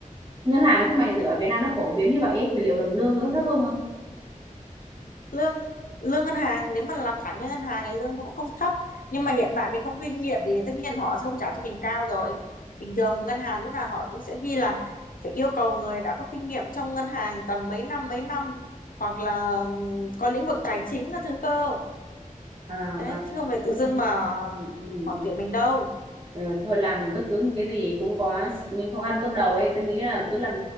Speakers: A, on the right; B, on the left.
A: ngân hàng với thương mại điện tử ở Việt Nam nó phổ biến như vậy ấy, thì liệu rằng lương nó có thấp hơn không
B: lương lương ngân hàng nếu mà làm thẳng như ngân hàng thì lương nó cũng không thấp nhưng mà hiện tại mình không kinh nghiệm thì tất nhiên họ sẽ không trả cho mình cao rồi bình thường ngân hàng lúc nào họ cũng sẽ ghi là phải yêu cầu người đã có kinh nghiệm trong ngân hàng tầm mấy năm mấy năm hoặc là ừm, có lĩnh vực tài chính các thứ cơ
A: à,
B: đấy
A: à.
B: chứ không phải
A: Ừ,
B: tự dưng mà
A: ừ, ừ.
B: họ
A: Ừ,
B: tuyển mình đâu
A: Ờ, thôi làm bất cứ một cái gì cũng có những khó khăn bước đầu ấy tôi nghĩ là cứ làm